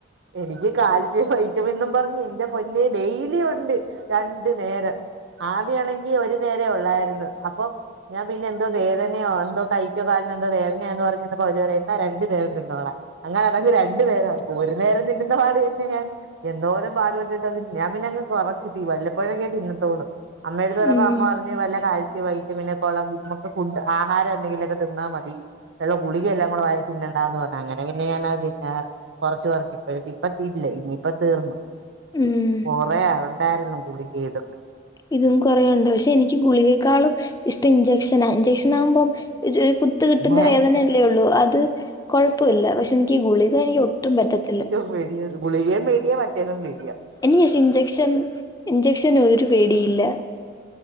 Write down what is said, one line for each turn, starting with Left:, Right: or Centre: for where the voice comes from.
Right: എനിക്ക് കാൽസ്യം വൈറ്റമിൻന്നും പറഞ്ഞ് ഇന്റെ പൊന്നേ ഡെയിലി ഉണ്ട് രണ്ടു നേരം ആദ്യാണെങ്കി ഒരു നേരെ ഉള്ളായിരുന്നു അപ്പം ഞാൻ പിന്നെ എന്തോ വേദനയോ എന്തോ കൈക്കോ കാല്നോ എന്തോ വേദനയാന്ന് പറഞ്ഞപ്പോ അവര് പറയാ എന്നാ രണ്ടു നേരം തിന്നോളാൻ അങ്ങനെ അതങ്ങ് രണ്ടു നേരമായി ഒരു നേരം തിന്നുന്ന പാട് തന്നെ ഞാന് എന്തോരം പാടു പെട്ടിട്ട തിന്നെ ഞാൻ പിന്നെങ്ങ് കുറച്ച് തീ വല്ലപ്പോഴൊക്കെ തിന്നത്തോളൂ അമ്മേടെത്ത് പറഞ്ഞപ്പോ
Left: ഉം
Right: അമ്മ പറഞ്ഞ് വല്ല കാൽസ്യോ വൈറ്റമിൻ ഒക്കെ ഉള്ള ഫുഡ് ആഹാരം എന്തെങ്കിലും ഒക്കെ തിന്നാ മതി ഉള്ള ഗുളിക എല്ലാം കൂടെ വാരി തിന്നണ്ടാന്ന് പറഞ്ഞു അങ്ങനെ പിന്നെ ഞാനത് പിന്നെ കൊറച്ച് കൊറച്ച് ഇപ്പഴത് ഇപ്പതീരില്ല ഇനിയിപ്പ തീർന്നു
Left: ഉം
Right: കൊറെ ഉണ്ടായിരുന്നു ഗുളികീത്
Left: ഇതും കോറേണ്ട് പക്ഷേ എനിക്ക് ഗുളികേക്കാളും ഇഷ്ടം ഇഞ്ചെക്ഷനാ ഇഞ്ചക്ഷൻ ആകുമ്പം ഒര് കു ത്ത് കിട്ടുന്ന
Right: ഏഹ്
Left: വേദനയല്ലേ ഉള്ളൂ അത് കുഴപ്പല്ല പക്ഷെ എനിക്ക് ഈ ഗുളിക എനിക്ക് ഒട്ടും പറ്റത്തില്ല
Right: എനിക്ക്പെടിയാണ് ഗുളികയും പേടിയ മറ്റേതും പേടിയ
Left: ഇനി പക്ഷെ ഇൻജക്ഷൻ ഇൻജക്ഷൻ ഒരു പേടിയില്ല